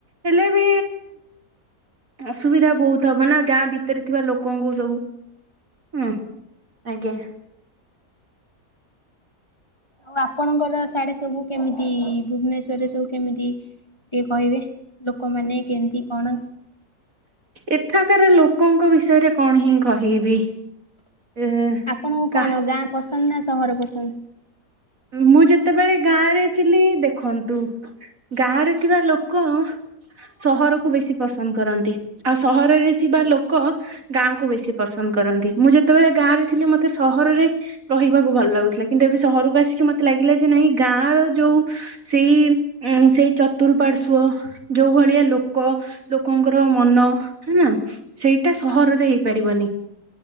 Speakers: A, on the right; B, on the left.
A: ହେଲେ ବି ଅସୁବିଧା ବହୁତ ହବ ନା ଗାଁ ଭିତରେ ଥିବା ଲୋକଙ୍କୁ ସବୁ। ଉଁ ଆଜ୍ଞା।
B: ଆଉ ଆପଣଙ୍କର ସାଡ଼େ ସବୁ କେମିତି ଭୁବନେଶ୍ୱରେ ସବୁ କେମିତି? ଟିକେ କହିବେ ଲୋକମାନେ କେମିତି କଣ?
A: ଏଠାକାର ଲୋକଙ୍କ ବିଷୟରେ କଣ ହିଁ କହିବି। ଏ
B: ଆପଣଙ୍କୁ
A: କା
B: କଣ ଗାଁ ପସନ୍ଦ ନା ସହର ପସନ୍ଦ?
A: ମୁଁ ଯେତେବେଳେ ଗାଁରେ ଥିଲି ଦେଖନ୍ତୁ ଗାଁରେ ଥିବା ଲୋକ ସହରକୁୁ ବେଶୀ ପସନ୍ଦ କରନ୍ତି। ଆଉ ସହରରେ ଥିବା ଲୋକ ଗାଁକୁ ବେଶୀ ପସନ୍ଦ କରନ୍ତି ମୁଁ ଯେତେବେଳେ ଗାଁରେ ଥିଲି ମତେ ସହରରେ ରହିବାକୁ ଭଲ ଲାଗୁଥିଲା କିନ୍ତୁ ଏବେ ସହରକୁ ଆସିକି ମତେ ଲାଗିଲା ଯେ ନାଇଁ ଗାଁର ଯୋଉ ସେଇ ଅଁ ସେଇ ଚତୁର୍ପାଶ୍ୱ। ଯୋଉ ଭଳିଆ ଲୋକ ଲୋକଙ୍କର ମନ ହେନା ସେଇଟା
B: ଆଜ୍ଞା
A: ସହରରେ ହେଇପାରିବନି।